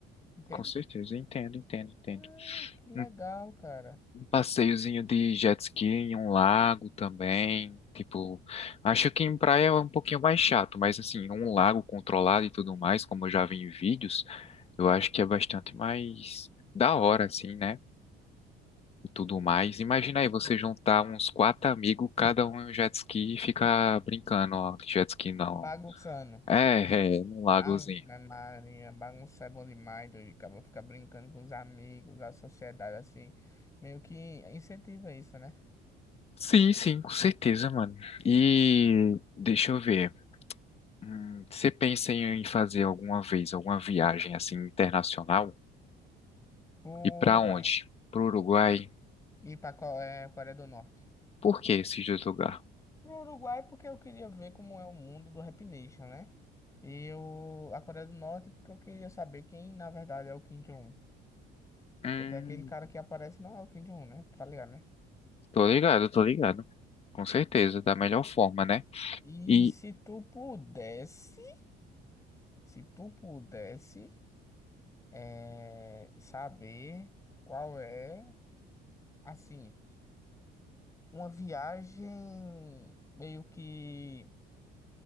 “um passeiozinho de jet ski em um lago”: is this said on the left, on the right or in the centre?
Left